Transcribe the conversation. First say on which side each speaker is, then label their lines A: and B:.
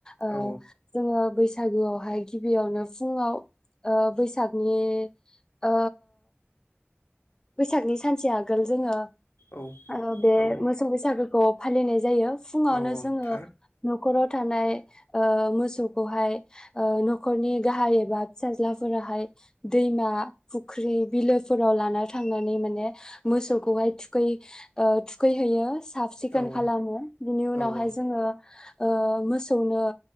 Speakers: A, on the left (about 15°); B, on the left (about 70°).
A: ओ
B: औ
A: जोङो बैसाग बैसागुआवहाय गिबियावनो फुङाव ओ बैसाग सागुनि ओ बैसागनि सानसे आगोल जोङो
B: औ
A: ओ बे
B: औ
A: मोसौ बैसागो खौ फालिनाय जायो फुङावनो
B: औ औ
A: जोङो
B: थार
A: न'खाव थानाय ओ मोसौखौहाय ओ न'खरनि गाहाय एबा फिसाज्लाफोराहाय दैमा फुख्रि बिलोफोराव लानानै थां थांनानै माने मोसौखौहाय थुखै ओ थुखैहैयो साफ सिखोन
B: औ औ
A: खालामो बिनि उनावहाय
B: औ औ
A: जोङो ओ मोसौनो